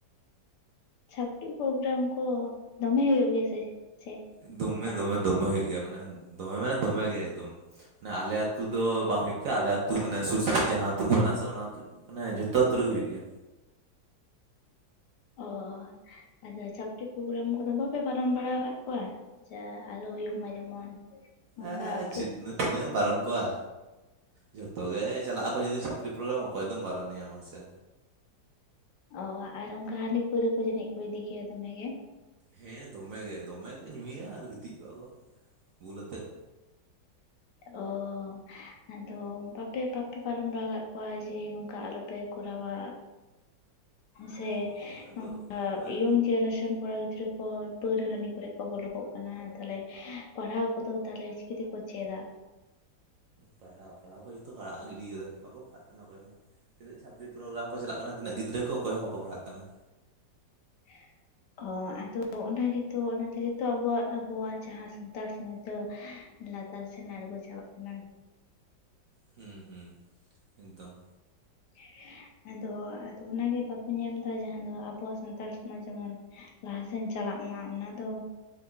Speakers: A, on the left (about 70°); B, on the right (about 60°).
A: ᱪᱷᱟᱯᱨᱤ ᱯᱨᱳᱜᱨᱟᱢ ᱠᱚ ᱫᱚᱢᱮ ᱦᱩᱭᱩᱜ ᱜᱮᱭᱟ ᱥᱮ, ᱥᱮ
B: ᱫᱚᱢᱮ
A: ᱪᱮᱫᱠᱟ?
B: ᱫᱚᱢᱮ ᱫᱚᱢᱮ ᱦᱩᱭᱩᱜ ᱜᱮᱭᱟ ᱢᱟᱱᱮ ᱫᱚᱢᱮ ᱢᱟᱱᱮ ᱫᱚᱢᱮ ᱜᱮ ᱮᱠᱫᱚᱢ ᱢᱟᱱᱮ ᱟᱞᱮ ᱟᱹᱛᱩ ᱫᱚ ᱵᱟᱝ ᱦᱩᱭᱩᱜ ᱜᱮᱭᱟ ᱟᱞᱮ ᱟᱹᱛᱩ ᱢᱟᱱᱮ ᱥᱩᱨ ᱥᱩᱯᱩᱨ ᱡᱟᱦᱟᱸ ᱟᱹᱛᱩ ᱠᱚ ᱢᱮᱱᱟᱜ ᱟᱥᱮ ᱚᱱᱟ ᱟᱹᱛᱩᱼᱼ ᱢᱟᱱᱮ ᱡᱚᱛᱚ ᱟᱛᱩ ᱨᱮᱜᱮ ᱦᱩᱭᱩᱜ ᱜᱮᱭᱟ
A: ᱚᱻᱚ ᱟᱫᱚ ᱪᱷᱟᱯᱨᱤ ᱯᱨᱳᱜᱨᱟᱢ ᱠᱚᱫᱚ ᱵᱟᱯᱮ ᱵᱟᱨᱚᱱ ᱵᱟᱲᱟ ᱠᱟᱫ ᱠᱚᱣᱟ, ᱡᱟ ᱟᱞᱚ ᱦᱩᱭᱩᱜ ᱢᱟ ᱡᱮᱢᱚᱱ ᱚᱱᱠᱟ
B: ᱟᱸ
A: ᱯᱷᱩᱠ
B: ᱪᱮᱫ ᱛᱤᱱᱟᱹᱜ ᱮᱢ ᱵᱟᱨᱚᱱ ᱠᱚᱣᱟ ᱡᱷᱚᱛᱚ ᱜᱮ ᱪᱟᱞᱟᱜᱼᱟ ᱠᱚ ᱡᱩᱫᱤ ᱪᱷᱟᱹᱯᱨᱤ ᱯᱨᱳᱜᱨᱟᱢ ᱚᱠᱚᱭ ᱫᱚᱢ ᱵᱟᱨᱚᱱᱮᱭᱟ ᱢᱟᱥᱮ
A: ᱚ ᱟᱨ ᱚᱝᱠᱟ ᱦᱟᱺᱰᱤ ᱯᱟᱹᱣᱨᱟᱹ ᱠᱚ ᱡᱟᱹᱱᱤᱡ ᱠᱚ ᱤᱫᱤ ᱜᱮᱭᱟ ᱫᱚᱢᱮ ᱜᱮ?
B: ᱦᱮᱸ ᱫᱚᱢᱮ ᱜᱮ, ᱫᱚᱢᱮ ᱠᱚ ᱧᱩᱭᱟ ᱟᱨ ᱜᱤᱛᱤᱡ ᱠᱚᱜᱼᱟ ᱠᱚ ᱵᱩᱞᱟᱛᱮᱫ
A: ᱚᱻᱚ ᱟᱫᱚ ᱵᱟᱯᱮ ᱵᱟᱯᱮ ᱵᱟᱨᱚᱱ ᱵᱟᱲᱟ ᱠᱟᱜ ᱠᱚᱣᱟ ᱡᱮ ᱱᱚᱝᱠᱟ ᱟᱞᱚᱯᱮ ᱠᱚᱨᱟᱣᱟ ᱥᱮ
B: ᱩᱸ ᱚᱱᱠᱟ
A: ᱱᱚᱝᱠᱟ
B: ᱫᱚ ᱵᱟᱞ
A: ᱤᱭᱚᱝ ᱡᱮᱱᱟᱨᱮᱥᱚᱱ ᱠᱚᱲᱟ ᱜᱤᱫᱽᱨᱟᱹ ᱠᱚ ᱯᱟᱹᱣᱨᱟᱹ ᱦᱟᱺᱰᱤ ᱠᱚᱨᱮᱜ ᱠᱚ ᱵᱚᱞᱚ ᱠᱚᱜ ᱠᱟᱱᱟ ᱛᱟᱞᱦᱮ ᱪᱮᱫᱼᱼ ᱯᱟᱲᱦᱟᱣ ᱠᱚᱫᱚ ᱛᱟᱦᱞᱮ ᱪᱤᱠᱟᱹ ᱛᱮᱠᱚ ᱪᱮᱫᱟ?
B: ᱯᱟᱲᱦᱟᱣ ᱯᱟᱲᱦᱟᱣ ᱠᱚ ᱡᱚᱛᱚ ᱠᱚ ᱟᱲᱟᱜ ᱜᱤᱰᱤ ᱠᱟᱫᱟ ᱵᱟᱠᱚ ᱯᱟᱲᱦᱟᱜ ᱠᱟᱱᱟ ᱚᱠᱚᱭ ᱦᱚᱸ ᱛᱤᱱᱟᱹ ᱪᱷᱟᱯᱨᱤ ᱯᱨᱳᱜᱨᱟᱢ ᱠᱚ ᱪᱟᱞᱟᱜ ᱠᱟᱱᱟ ᱛᱤᱱᱟᱹᱜ ᱜᱤᱫᱽᱨᱟᱹ ᱠᱚ ᱚᱠᱚᱭ ᱦᱚᱸ ᱵᱟᱠᱚ ᱯᱟᱲᱦᱟᱜ ᱠᱟᱱᱟ
A: <inaudible> ᱚ ᱟᱫᱚ ᱚᱱᱟ ᱜᱮᱛᱚ ᱚᱱᱟ ᱛᱮᱜᱮ ᱛᱚ ᱟᱵᱚᱣᱟᱜ ᱟᱵᱚᱣᱟᱜ ᱡᱟᱦᱟᱸ ᱥᱟᱱᱛᱟᱲ ᱥᱚᱢᱟᱡᱽ ᱫᱚᱼᱼ ᱞᱟᱛᱟᱨ ᱥᱮᱱ ᱟᱬᱜᱚ ᱪᱟᱵᱟᱜ ᱠᱟᱱᱟ
B: ᱦᱩᱸ ᱦᱩᱸ ᱮᱠᱫᱚᱢ
A: <inaudible> ᱟᱫᱚ ᱟᱫᱚ ᱚᱱᱟᱜᱮ ᱵᱟᱠᱚ ᱧᱮᱞ ᱫᱟ ᱡᱟᱦᱟᱸ ᱫᱚ ᱟᱵᱚᱣᱟᱜ ᱥᱟᱱᱛᱟᱲ ᱥᱚᱢᱟᱡᱽ ᱡᱚᱢᱚᱱᱼᱼ ᱞᱟᱦᱟᱥᱮᱱ ᱪᱟᱞᱟᱜ ᱢᱟ ᱚᱱᱟ ᱫᱚᱼᱼ